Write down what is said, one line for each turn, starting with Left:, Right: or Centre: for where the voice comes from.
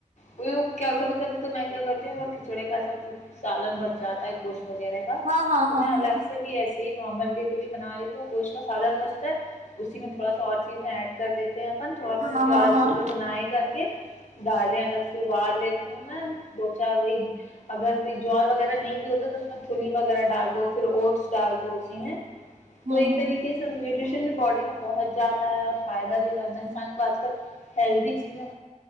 Left: وہ کیا کبھی کبھی تو میں کیا کرتی ہو چڑے کا سب کچ سالن بچ جاتا ہے گوشت وغیرہ کا
Right: ہاں ہاں
Left: تو
Right: ہاں
Left: میں الگ
Right: ہاں
Left: سے بھی ایسی نارمل تو بھی بنا لیتی ہوں گوشت کا سالھن وستا ہے اسی میں تھوڑا سا اور چیزیں ایڈ کر لیتے ہیں اپن تھوڑا
Right: ہاں
Left: سا اس کی
Right: ہاں
Left: بعد اچھے
Right: ہاں ہاں
Left: سے بنائی کر دالیا الگ سے ابال لیتی ہوں میں دو چار وہی اگر بھی جو وغیرہ نہیں بھی ہو تو اس چولی وغیرہ ڈال دو پھر اوٹس ڈال دو اس تو
Right: ہاں
Left: ایک
Right: ہاں
Left: طریقے
Right: ہاں
Left: سے ن بھی باڈی میں پہنچ جاتا تا ہے فائدہ بھی زیادہ انسان کو اج کل ہیلدی چیز ہے